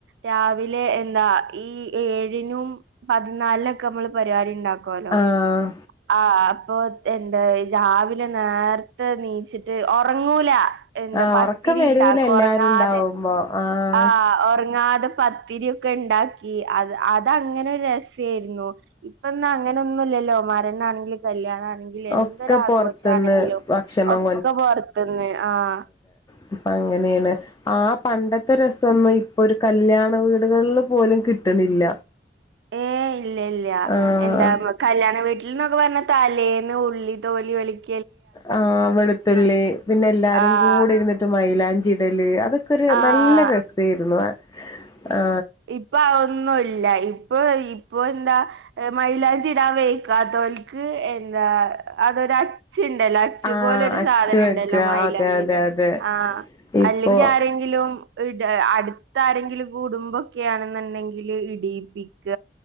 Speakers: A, on the right; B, on the left.
A: രാവിലെ എന്താ ഈ ഏഴിനും പതിനാലിനൊക്കെ നമ്മള് പരിപാടി ഉണ്ടാകും ക്കൊലോ
B: ആഹ്
A: ആ ഹ്അപ്പൊ തെന്താ രാവിലെ നേരത്തെ നീച്ചിട്ട് ഒറങ്ങൂല. എന്താ
B: ആഹ്
A: പത്തിരിണ്ടാക്കു
B: ഉറക്കം വരൂല എല്ലാരും
A: ഒറങ്ങാതെ
B: ഉണ്ടാവുമ്പോ ആഹ്
A: ആ ഉറങ്ങാതെ പ പത്തിരിയൊക്കെണ്ടാക്കി അത് അതങ്ങനൊരു രസേര്ന്നു ഇപ്പൊ അങ്ങനൊന്നൂല്ലല്ലോ മരണാണെങ്കിലു കല്യാണാണെ എന്തൊരാഘോഷണെങ്കിലും
B: ഒക്കെ പൊറത്തുന്ന് ഭക്ഷണം
A: ഒക്കെ പുറത്ത്ന്ന് ആഹ്
B: പ്പ അങ്ങനേണ് ആ പണ്ടത്തെ രസൊന്നും ഇപ്പൊ ഒരു കല്യാണ വീടുകളില് പോലും കിട്ട്ണില്ല.
A: ഏഹ് ഇല്ല ഇല്ല
B: ആഹ്
A: എന്താ കല്യാണ വീട്ടിൽന്നൊക്കെ പറഞ്ഞാ തലേന്ന് ഉള്ളി തോലൊളിക്
B: ആ വെളുത്തുള്ളി പിന്നെല്ലാരും
A: ആഹ്
B: കൂടെ ഇരുന്ന് ന്ന്ട്ട് മൈലാഞ്ചിടല് അതൊക്കെ ഒരു
A: ആഹ്
B: നല്ല രസേരുന്നു ആ ആ
A: ഇപ്പൊ അ ഒന്നുല്ല ഇപ്പൊ ഇപ്പൊ ന്താ എഹ് മൈലാഞ്ചിടാ വെയ്ക്കാത്തോൽക്ക് എന്താ അതൊരു അച്ച്ചണ്ടലോ അച് ച്ച്
B: ആഹ്
A: പോലൊരു
B: അച്ച്
A: സാതനണ്ടലോ
B: വെക്ക
A: മൈലാഞ്ചിടെ
B: അതെ അതെ അതെ
A: ആ
B: ഇപ്പൊ
A: അല്ലെങ്കാരേ കിലും ഇടാ അടുത്താരെങ്കിലും കൂടുമ്പോ ക്കെയാണെന്നുണ്ടെങ്കില് ഇടീപ്പിക്ക